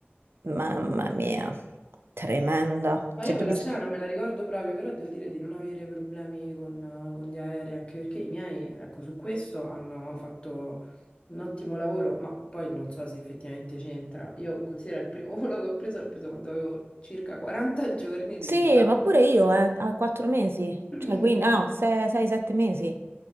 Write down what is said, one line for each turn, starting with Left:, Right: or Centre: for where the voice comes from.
Right: mamma mia, tremenda.
Left: ma
Right: Cioè,
Left: io quella
Right: già mi
Left: scena
Right: sa-
Left: non me la ricordo proprio, però devo dire di non avere problemi con, con gli aerei, anche perché i miei, ecco, su questo hanno fatto un ottimo lavoro, ma poi non so se effettivamente c'entra. Io considero il primo <laughs> volo che ho preso, l'ho preso quando avevo circa 40 giorni di
Right: Sì,
Left: vita.
Right: ma pure io, eh, a quattro mesi,
Left: <clears throat>
Right: cioè, quindi, ah, no, sei, sei, sette mesi,